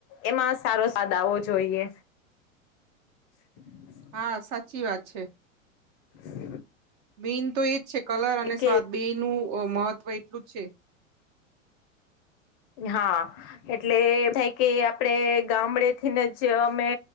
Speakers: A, on the left (about 40°); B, on the right (about 35°).
A: એમાં સારો સ્વાદ આવો જોઈએ. <inaudible>
B: હા સાચી વાત છે.
A: <unintelligible>
B: મેઈન તો એજ છે કલર અને
A: કે
B: સ્વાદ બેયનું મહત્વ એટલું જ છે
A: હા એટલે એમ થાય કે આપડે ગામડેથીને જ અમે